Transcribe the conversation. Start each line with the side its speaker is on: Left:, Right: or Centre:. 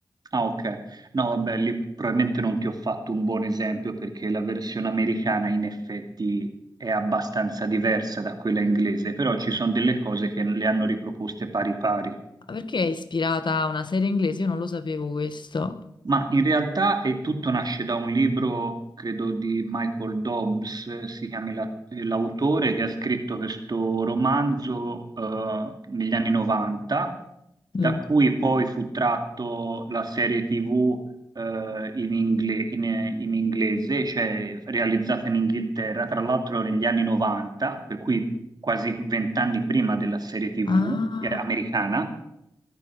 Right: Ah, ok. No, vabbè, lì probabilmente non ti ho fatto un buon esempio perché la versione americana in effetti è abbastanza diversa da quella inglese, però ci sono delle cose che le hanno riproposte pari pari.
Left: Ah, Perché è ispirata a una serie inglese? Io non lo sapevo questo.
Right: Ma in realtà eh, tutto nasce da un libro, credo, di Michael Dobbs, eh, si chiama la- eh, l'autore, che ha scritto questo romanzo eh, negli anni 90, da
Left: Mm.
Right: cui poi fu tratto la serie TV eh, in, ingle- in- in inglese, cioè realizzata in Inghilterra, tra l'altro negli anni 90, per cui quasi vent'anni prima della serie TV
Left: Ah.
Right: eh, americana.